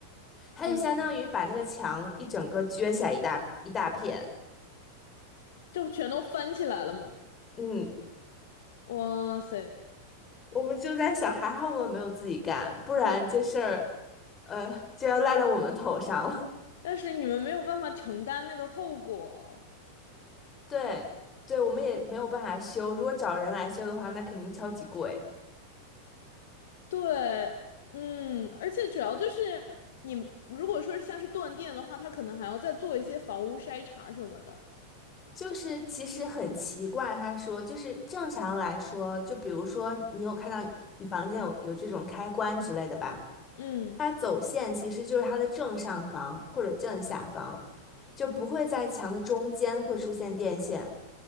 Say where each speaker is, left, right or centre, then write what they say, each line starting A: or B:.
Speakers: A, on the left; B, on the left.
A: 他就相当于把那个墙一整个撅起来一大一大片。
B: 哦，就全都翻起来了嘛。
A: 嗯，
B: 哇塞！
A: 我们就在想，还好我们没有自己干，不然这事儿呃就要赖到我们头上了。
B: 但是你们没有办法承担那个后果。
A: <laughs> 对，对，我们也没有办法修，如果找人来修的话，那肯定超级贵。
B: 对，嗯，而且主要就是你如果说是像是断电的话，他可能还要再做一些房屋筛查什么的。
A: 就是其实很奇怪，他说就是正常来说，就比如说你有看到你房间有有这种开关之类的吧，
B: 嗯
A: 它走线其实就是它的正上方或者正下方，就不会在墙的中间会出现电线，